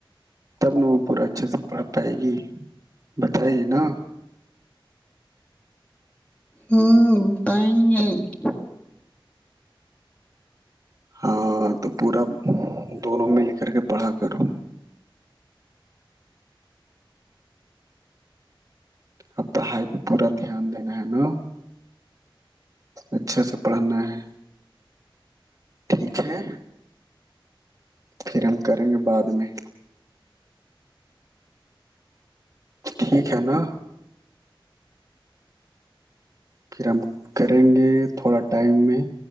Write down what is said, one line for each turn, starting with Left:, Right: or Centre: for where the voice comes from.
Right: تب نہ وہ پورا اچھے سے پڑھ پائے گی بتائے گی نا
Left: ہوں پن <unintelligible>
Right: ہاں تو پورا دونوں مل کر کے پڑھا کرو اب پڑھائی پہ پورا دھیان دینا ہے نا اچھا سے پڑھنا ہے ٹھیک ہے پھر ہم کریں گے بعد میں ٹھیک ہے نا پھر ہم کریں گے تھوڑا ٹائم میں